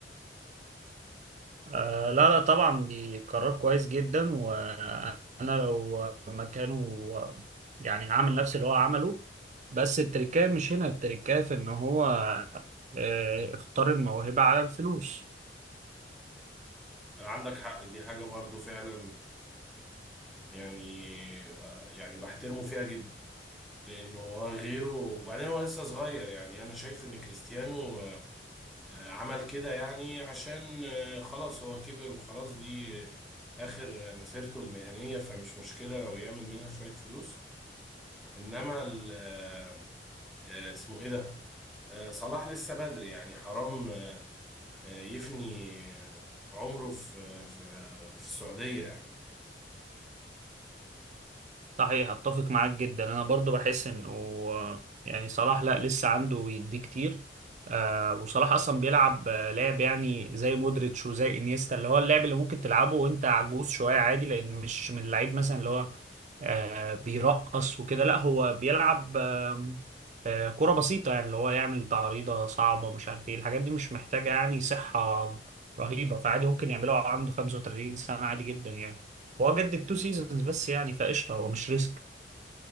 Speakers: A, on the right; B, in the centre.
A: آه لا لا طبعا بيقرر كويس جدا وانا لو مكانه يعني هعمل نفس اللي هو عمله بس التركية مش هنا التركية في ان هو آه اختار الموهبة على الفلوس
B: عندك حق دي حاجة برضه فعلا يعني آه، يعني بحترمه فيها جدا لانه هو غيره وبعدين هو لسه صغير يعني انا شايف ان كريستيانو آه، آه، عمل كده يعني عشان آه، خلاص هو كبر وخلاص دي آه، آخر آه، مسيرته المهنية فمش مشكلة لو يعمل منها شوية فلوس إنما ال- آه، آه، اسمه إيه ده؟ آه، صلاح لسه بدري يعني حرام آه، يفني آه، عمره في في في السعودية يعني
A: صحيح اتفق معاك جدا انا برضو بحس انه يعني صلاح لا لسه عنده يديه كتير آه وصلاح اصلا بيلعب آه، لعب يعني زي مودريتش وزي انيستا اللي هو اللعب اللي ممكن تلعبه وانت عجوز شويه عادي لان مش من اللعيب مثلا اللي هو آه بيرقص وكده لا هو بيلعب آه آه كرة بسيطه يعني اللي هو يعمل تعريضه صعبه مش عارف ايه الحاجات دي مش محتاجه يعني صحه رهيبه فعادي ممكن يعملها وهو عنده 35 سنه عادي جدا يعني هو جدد تو سيزونز بس يعني فقشطه هو مش ريسك